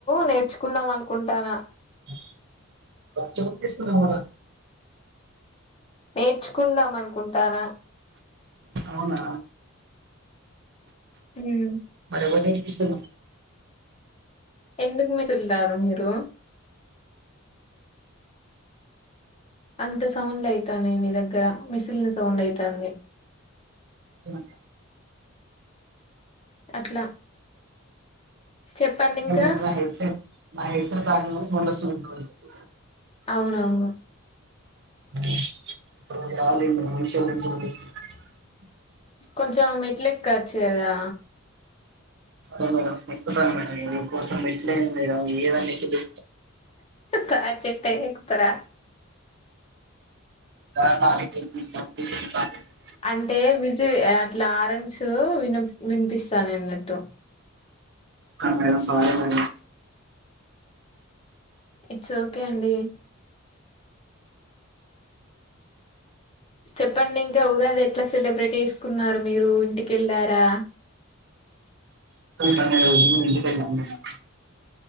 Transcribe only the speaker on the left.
నేర్చుకుందాం అనుకుంటానా
నేర్చుకుందాం అనుకుంటానా
హ్మ్
ఎందుక్ మెసుల్తారు మీరు అంత సౌండ్ అయితనాయి. నీ దగ్గర మిసిన్ల సౌండ్ అయితంది.
అట్లా చెప్పండి
ఇంకా
అవునవును
కొంచం మెట్ల ఎక్కచ్చు దా
కా చెటైనా ఎక్కుతారా
అంటే విస్ అట్లా ఆరెంస్ విన వినిపిస్తాన్ నన్నట్టు
it's okay అండి చెప్పండి ఇంకా ఉగాది ఎట్లా సెలబ్రేట్ ఏసుకున్నారు. మీరు ఇంటికెళ్ళారా